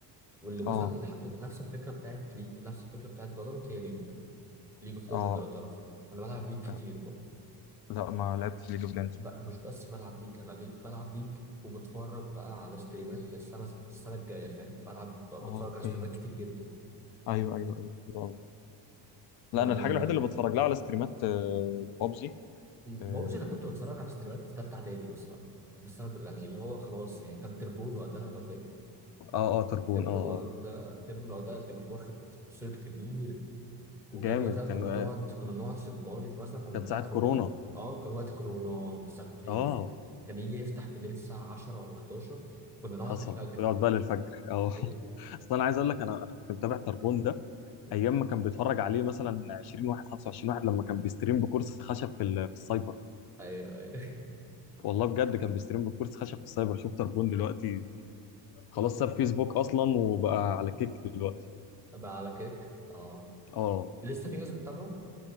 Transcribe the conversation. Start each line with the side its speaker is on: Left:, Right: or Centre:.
Centre: واللي
Left: اه
Centre: مثلا اللي حبيت نفس الفكره بتاعت ليج نفس الفكره بتاعت فالورنت هي ليج ليج اوف ليجند
Left: اه
Centre: لو تعرفها انا بلعب ليج كتير
Left: آه،
Centre: برضه
Left: لا ما لعبتش ليج اوف ليجندز
Centre: ب... مش بس بلعب ليج انا ليج بلعب ليج وبتفرج بقى على ستريمات للسنه السنه الجايه فاهم بلعب
Left: اه
Centre: بتفرج
Left: اوكي
Centre: على ستريمات كتير جدا
Left: ايوه ايوه ايوه حلو أوي. لا
Centre: ف
Left: انا الحاجه الوحيده اللي بتفرج لها على ستريمات بابجي اه
Centre: بابجي انا كنت بتفرج على ستريمات في ثالثه اعدادي مثلا بس انا يعني اللي هو خلاص يعني كان تربون وقتها لو فاكر
Left: اه آه، تربون
Centre: تربون
Left: اه
Centre: وقتها
Left: اه
Centre: تربون وقتها كان واخد صيت كبير وكان
Left: جامد
Centre: وقتها
Left: كان
Centre: كنا بنقعد
Left: آه،
Centre: كنا بنقعد في اللايف مثلا كنا
Left: كان
Centre: بتاع
Left: ساعه
Centre: 400
Left: كورونا
Centre: اه كان وقت كورونا بالظبط هي
Left: اه
Centre: دي كان يجي يفتح بالليل الساعة 10 ولا 11 كنا نقعد
Left: حصل
Centre: الفجر
Left: يقعد بقى للفجر اه <laughs>
Centre: ايوه
Left: اصل انا عايز اقول لك انا انا كنت متابع تربون ده
Centre: مم.
Left: ايام ما كان بيتفرج عليه مثلا 20 واحد 25 واحد لما كان بيستريم بكرسي خشب في ال- في السايبر
Centre: ايوه ايوه
Left: والله بجد كان بيستريم بكرسي خشب في السايبر شوف تربون دلوقتي خلاص
Centre: <laughs> مم.
Left: ساب فيسبوك اصلا وبقى على كيك دلوقتي
Centre: بقى على كيك اه
Left: اه
Centre: لسه في ناس بتتابعه